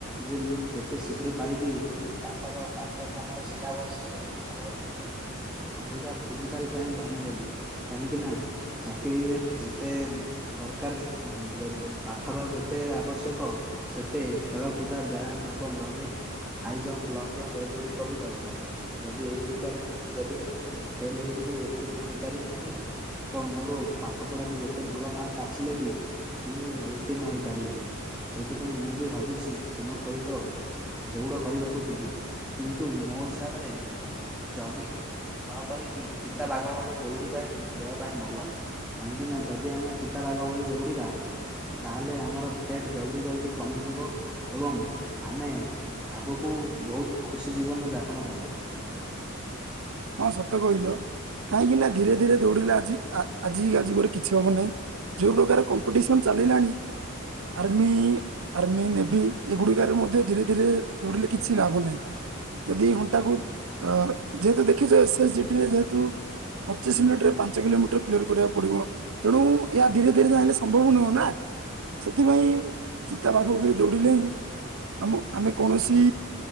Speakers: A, in the centre; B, on the right (about 80°).
A: ଯେ ମୁଁ ଯେତେ ଶୀଘ୍ର ପାରିବି ଏ ପାଠ ର ପାଠ୍ୟକ୍ରମର ସିଲାବସ୍ ଜଲ୍ଦି ସରାଇକି ଅଧିକ ଫିଜିକାଲ ପ୍ରାୟ ଧ୍ୟାନ ଦେବି କାହିଁକି ନା ଚାକିରିରେ ଯେତେ ଦରକାରରୁ ଜଦ ପାଠର ଯେତେ ଆବଶ୍ୟକ। ସେତେ ଖେଳକୁଦା ବ୍ୟାୟାମ ଏବଂ running. High jump long jump ଏଗୁଡ଼ିକ ବି ଦରକାର। ଯଦି ଏଇଗୁଡିକରେ ଯଦି ମୁଁ ଫେଲ ହେଇଯିବି। ଉତ୍ତୀର୍ଣ୍ଣ ହେଇପାରିବି ନାହିଁ ତ ମୋର ପାଠ ପଢାରେ ଯେତେ ଭଲ ମାର୍କ ଆସିଲେ ବି ମୁଁ ଉତ୍ତୀର୍ଣ ହେଇପାରିବି ନାହିଁ ସେଇଥିପାଇଁ ମୁଁ ବି ଭାବୁଛି ତୁମ ସହିତ ଆ ଦୌଡ଼ କରିବାକୁ ଯିବି କିନ୍ତୁ ମୋ ହିସାବରେ ଜଗିଙ୍ଗ ନକିକି ଚିତାବାଘ ଭଳି ଦୌଡ଼ିବା ହିଁ ଦେହ ପାଇଁ ଭଲ କାହିଁକି ନା ଯଦି ଆମେ ଚିତାବାଘ ଭଳି ଦୌଡିବା। ତାହେଲେ ଆମର ଫ୍ୟାଟ ଜଲ୍ଦି ଜଲଦି କମିଯିବ। ଏବଂ ଆମେ ଆଗକୁ ବହୁତ ଖୁସି ଜୀବନ ଯାପନ କରିବା।
B: ହଁ ସତ କହିଲ। କାହିଁକି ନା ଧୀରେ ଧୀରେ ଦୌଡିଲେ ଆଜି ଆଜି ଆଜିିବରେ କିଛି ହବ ନାହିଁ। ଯୋଉ ପ୍ରକାର କମ୍ପିଟିସନ ଚାଲିଲାଣି। ଆର୍ମି ଆର୍ମି ନେଭି ଏଗୁଡିକରେ ମଧ୍ୟ ଧୀରେ ଧୀରେ ଦୌଡିଲେ କିଛି ଲାଭ ନାହିଁ। ଯଦି ଘଣ୍ଟାକୁ ଅ ଯେହେତୁ ଦେଖିଛ ଏସ ଜି ଡ଼ି ରେ ଯେତୁ ପଚିଶ ମିନିଟ ରେ ପାଞ୍ଚ କିଲୋମିଟର କ୍ଲିୟର କରିବାକୁ ପଡିବ ତେଣୁ ଏହା ଧୀରେ ଧୀରେ ଚାହିଁଲେ ସମ୍ଭବ ନୁହେଁ ନା। ସେଥିପାଇଁ ଚିତା ପାଖ ଉପରେ ଦୌଡ଼ିଲେ ହିଁ ଆମ ଆମେ କୌଣସି